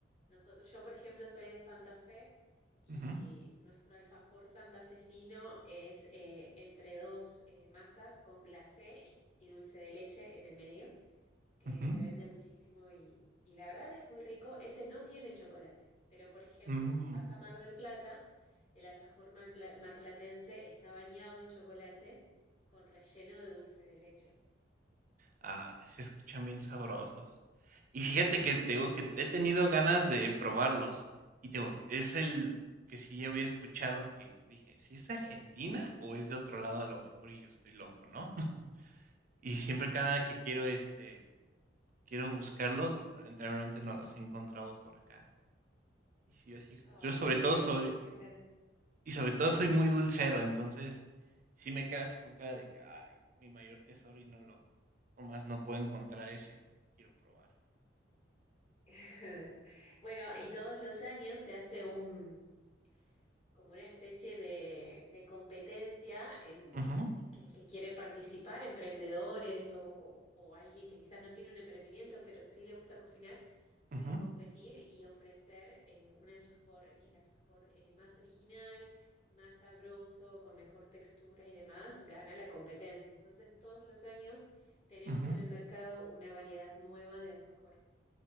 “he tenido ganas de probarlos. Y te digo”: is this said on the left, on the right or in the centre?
Right